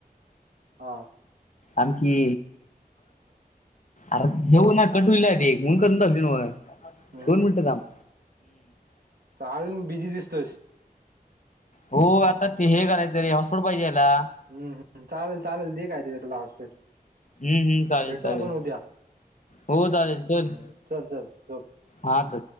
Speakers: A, on the right (about 75°); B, on the left (about 50°).
A: हा
B: आनखी अर घेऊन कट होल एकून करून दाली
A: हम्म
B: दोन मिनट थाम्ब.
A: अजून बीजी दिसतोस.
B: हो आता हे करायचं रे हॉटस्पॉट पाहिजे याला..
A: हम् हम चालेल चालेल दे काय ति तुला हॉस्पिटल
B: हम्म हम्म चालेल
A: भेटू
B: चालेल
A: आपण उद्या
B: हो चालेल चल.
A: हम्म चल चल झोप
B: हाच